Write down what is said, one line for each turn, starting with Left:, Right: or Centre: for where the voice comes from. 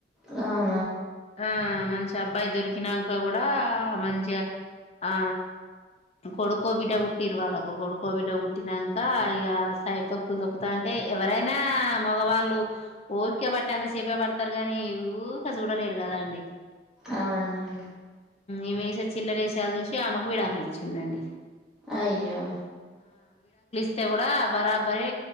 Centre: ఆ
Left: ఆ మంచి అబ్బాయి దొరికినాంక కూడా మంచిగా ఆ కొడుకో బిడ్డ పుట్టిరు వాళ్ళకు కొడుకో బిడ్డ పుట్టినాక ఇక సైడ్ తొక్కులు తొకుతా అంటే ఎవరైనా నా మగవాళ్ళు ఓపికె బట్టేంత సెపె పడత తరుగానీ ఊకె చూడ్ లెరు గదా అండి
Centre: అవునండి
Left: ఇమేసే చిల్లర ఏశాలు చూసి ఆమెకు విడాకులు ఇచ్చిండండి
Centre: అయ్యో
Left: యితే కూడా బరాబరి